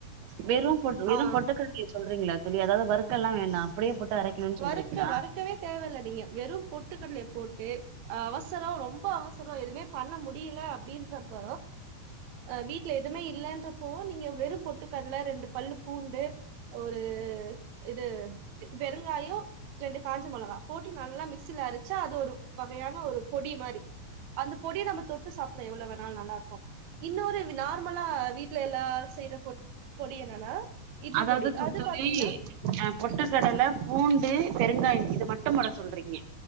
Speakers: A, on the right (about 80°); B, on the right (about 65°).
A: வெறும் பொட் வெறு
B: ஆ
A: பொட்டுக்கட்லய சொல்றீங்களா தோழி அதாவது வருக்கலா வேண்டா அப்படியே அரைக்கணுன்னு சொல்றீங்களா
B: வறுக்க வறுக்கவே தேவல நீங்க வெறு போட்டு போட்டுகட்லய போட்டு அவசரோ ரொம்ப அவச எதுவுமே பண்ண முடில அப்படின்றப்ப அ வீட்ல எதுவுமே இல்லைன்றப்போ நீங்க வெறு பொட்டுக்கட்ல ரெண்டு பல்லு பூண்டு ஒரு இது இ பெறுங் ஆயோ ரேண்டு காஞ்ச மொளகா போட்டி நல்லா மிக்சில அரச்சு அது ஒரு வகையான ஒரு பொடி மாரி அந்த பொடிய நம்ம தொட்டு சாப்லா எவ்ளோ வேணாலு நல்லா இருக்கூ இன்னொரு நார்மலா வீட்ல எல்லா செய்ற பொட் பொடி என்னன்னா இட்லி
A: அதாவது
B: பொடி
A: துத்துளி
B: அது பாத்தீங்கன்னா
A: அ பொட்டக்கடல பூண் டு பெருங்காயம் இது மட்டு போட சொல்றீங்க